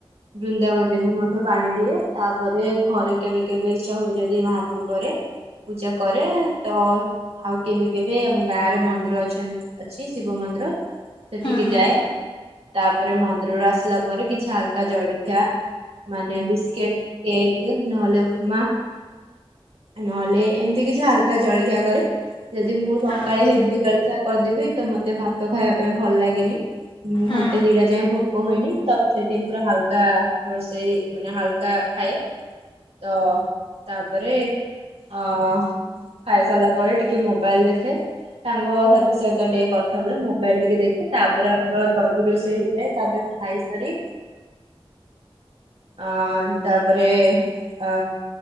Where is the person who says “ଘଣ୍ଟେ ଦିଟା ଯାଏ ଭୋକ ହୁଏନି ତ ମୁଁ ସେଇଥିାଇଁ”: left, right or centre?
Right